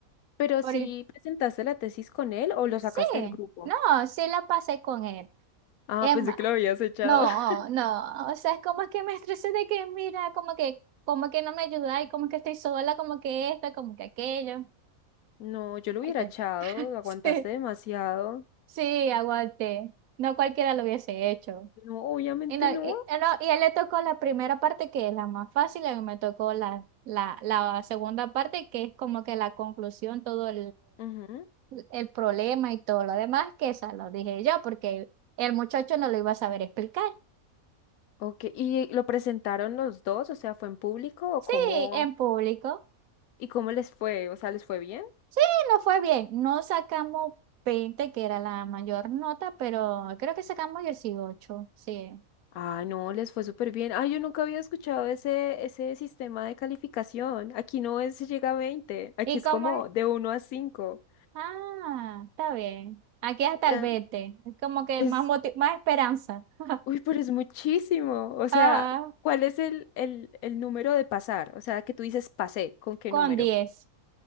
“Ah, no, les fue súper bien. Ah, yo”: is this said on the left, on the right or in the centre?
Left